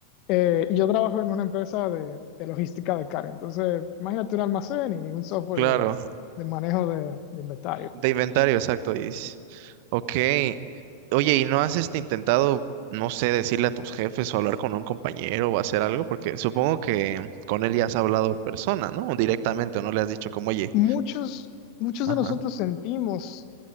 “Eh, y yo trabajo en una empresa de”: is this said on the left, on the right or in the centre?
Left